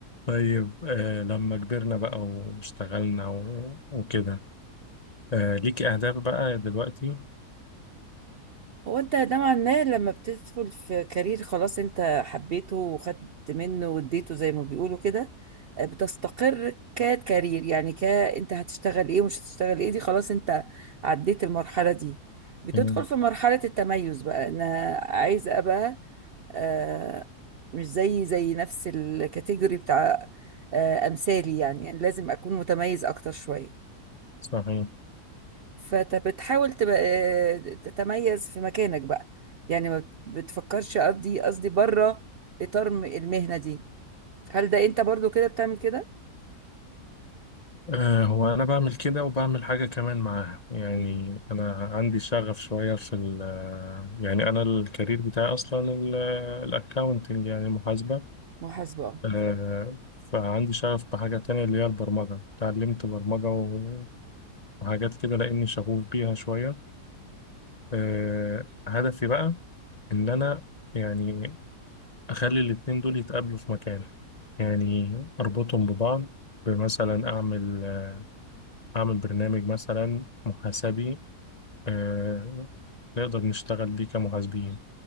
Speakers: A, on the left; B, on the right.
A: طيب آه لما كبرنا بقى واشتغلنا و- وكده آه ليك أهداف بقى دلوقتي
B: هو انت نوعا ما لما بتدخل في كارير خلاص انت حبيته وخدت منه واديته زي ما بيقولوا كده آه، بتستقر ككارير يعني ك انت هتشتغل ايه ومش هتشتغل ايه دي خلاص انت عديت المرحلة دي بتدخل
A: مم.
B: في مرحلة التميز بقى انا عايز ابقى آه مش زي زي نفس الكاتيجوري بتاع آه امثالي يعني, يعني لازم اكون متميز اكتر شوية
A: صحيح
B: فانت بتحاول تبقى آه، تتميز في مكانك بقى يعني ما بت- بتفكرش قصدي قصدي بره اطار م- المهنه دي هل ده انت برضو كده بتعمل كده
A: آه هو أنا بعمل كده وبعمل حاجة كمان معاها يعني
B: مم.
A: أنا عندي شغف شوية في ال يعني أنا الكارير بتاعي أصلا الأكاونتنج يعني محاسبة
B: محاسبه آه.
A: آه، فعندي شغف بحاجة تانية اللي هي البرمجة اتعلمت برمجة و- وحاجات كده لأني شغوف بيها شوية آه، هدفي بقى إن أنا يعني أخلي الاتنين دول يتقابلوا في مكان يعني أربطهم ببعض بمثلا أعمل آه، أعمل برنامج مثلا محاسبي آه، نقدر نشتغل بيه كمحاسبين